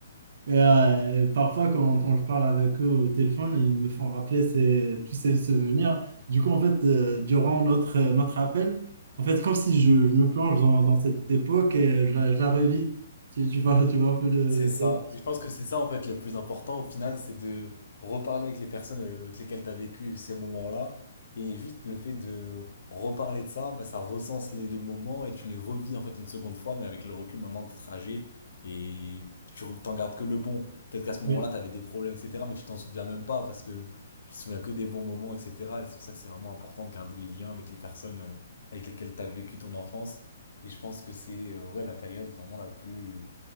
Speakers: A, on the right; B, on the left.
A: Et, euh, parfois, quand, quand je parle avec eux au téléphone, ils me font rappeler ces- tous ces souvenirs. Du coup, en fait, euh, durant notre, euh, notre appel, en fait, comme si je, je me plonge dans, dans cette époque et je la, je la revis. Tu, tu vois, tu vois un peu le...
B: C'est ça.
A: le-
B: Et je pense que c'est ça, en fait, le plus important au final, c'est de reparler avec les personnes euh, avec lesquelles tu as vécu ces moments-là. Et juste le fait de reparler de ça, bah, ça recense les, les moments et tu les revis, en fait, une seconde fois, mais avec le recul maintenant des trajets. Et tu re- t'en gardes que le bon. Peut-être qu'à ce moment-là,
A: Oui,
B: tu avais des problèmes, etc. Mais tu t'en souviens même pas parce que tu te souviens que des bons moments, etc. Et c'est pour ça que c'est vraiment important de garder les liens avec les personnes euh, avec lesquelles tu as vécu ton enfance. Et je pense que c'est euh, ouais, la période vraiment la plus